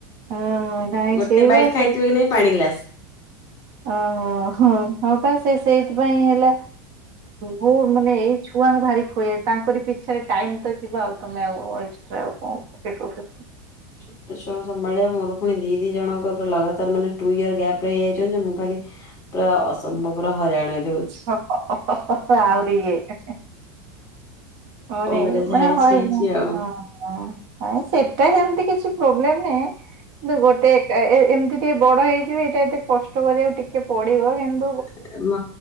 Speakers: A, on the right; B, on the left.
A: ହଁ ନାଇଁ
B: ଗୋଟେ
A: ସେଇ
B: ବାଇଟ
A: ବା
B: ଖାଇଥିବ କି ନାଇ ପାଣି ଗ୍ଲାସ୍
A: ଅହିଁ ହଁପା ସେ ସେଇଥିପାଇଁ ହେଲା ବହୁତ ମାନେ ଏଇ ଛୁଆଙ୍କୁ ଭାରି ଖୁଆ ବା ତାଙ୍କରି ପିଛା ରେ ଟାଇମ ତ ଯିବ ଆଉ ତମେ ଆଉ ଏକ୍ସଟ୍ରା ଆଉ କଣ ଏ ହୋ ହୋ।
B: ଛୋଟ ଛୁଆ ସମ୍ଭାଳିବା ମୋର ପୁଣି ଦି ଦି ଜଣଙ୍କ ଲଗାତାର ମାନେ ଟୁ ଇୟର ଗ୍ୟାପ୍ ରେ ହେଇ ଯାଇଛନ୍ତି ମୁଁ ଖାଲି ପୁରା ଅସମ୍ଭବର ହଇରାଣ ହେଲି।
A: ହ ହ ହ ଆହୁରି ଇଏ ହେ ହେ। ହଁ,
B: କଣ
A: ନେଇନୁ
B: କରିବା ଯାହା
A: ମାନେ
B: ହେଇଛି
A: ହଁ <inaudible>
B: ହେଇଛି ଆଉ।
A: ହଁ, ନାଇ ସେଟା ସେମିତି କିଛି ପ୍ରୋବ୍ଲେମ ନୁହେଁ। କିନ୍ତୁ ଗୋଟେ ଏ ଏମିତି ଟିକେ ବଡ ହେଇଯିବେ ଏଇଟା ଏତେ କଷ୍ଟ କରିବାକୁ ଟିକେ ପଡିବ ଏମତି
B: ହିଁ